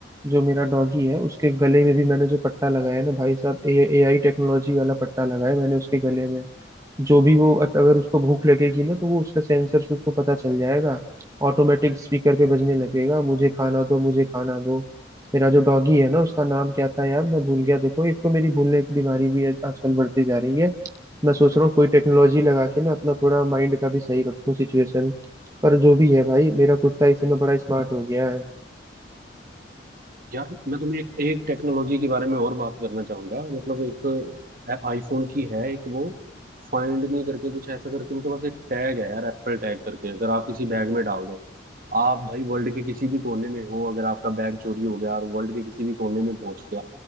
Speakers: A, on the right (about 15°); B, on the right (about 50°).
A: जो मेरा डॉगी है उसके गले में भी मैंने जो पट्टा लगाया है ना भाई साहब ए आई टेक्नोलॉजी वाला पट्टा लगाया मैंने उसके गले में जो भी वो अत- अगर उसको भूख लगेगी ना तो वो उसका सेंसर से उसको पता चल जाएगा ऑटोमेटिक स्पीकर पे बजने लगेगा मुझे खाना दो मुझे खाना दो मेरा जो डॉगी है ना उसका नाम क्या था यार मैं भूल गया देखो एक तो मेरी भूलने की बीमारी भी आज- आजकल बढ़ती जा रही है मैं सोच रहा हूँ कोई टेक्नोलॉजी लगा के ना अपना थोड़ा माइंड का भी सही रखूं सिचुएशन पर जो भी है भाई मेरा कुत्ता इस समय बड़ा स्मार्ट हो गया है
B: यार मैं तुम्हें एक, एक टेक्नोलॉजी के बारे में और बात करना चाहूंगा मतलब एक आईफोन की है एक वो फाइंड मी करके कुछ ऐसा करके उनके पास एक टैग है यार एप्पल टैग करके अगर आप किसी बैग में डाल दो आप भाई वर्ल्ड के किसी भी कोने में हो अगर आपका बैग चोरी हो गया और वर्ल्ड के किसी भी कोने में पहुंच गया